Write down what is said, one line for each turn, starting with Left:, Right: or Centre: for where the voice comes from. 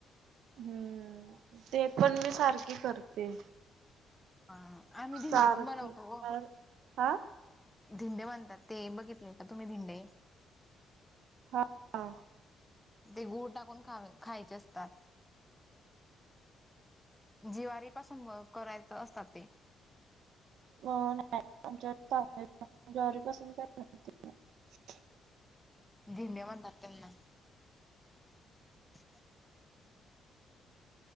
Right: हम्म. ते पण मी सारखी करते.
Centre: हां. आम्ही धिंडे
Right: सारखी
Centre: पण बनवतो ग.
Right: मला हा
Centre: धिंडे बनतात. ते बघितले का तुम्ही धिंडे?
Right: हो.
Centre: ते गूळ टाकून खावे खायचे असतात. जिवारी पासून म करायचं असतात ते.
Right: <unintelligible>
Centre: धिंडे म्हणतात त्यांना. <inaudible>